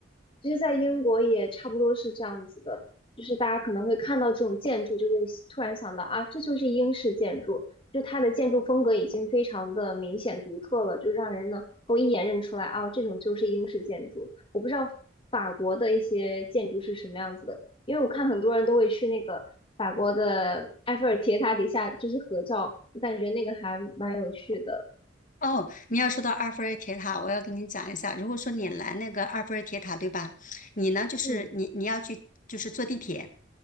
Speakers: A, on the left (about 30°); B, on the left (about 45°).
A: 其实，在英国也差不多是这样子的，就是大家可能会看到这种建筑，就会突然想到啊，这就是英式建筑，就它的建筑风格已经非常的明显独特了，就让人能够一眼认出来啊，这种就是英式建筑。我不知道法国的一些建筑是什么样子的，因为我看很多人都会去那个法国的埃菲尔铁塔底下就是合照，我感觉那个还蛮有趣的。
B: 哦，你要说到埃菲尔铁塔，我要跟你讲一下。如果说你来那个埃菲尔铁塔，对吧？你呢，就是你你要去，
A: 嗯
B: 就是坐地铁，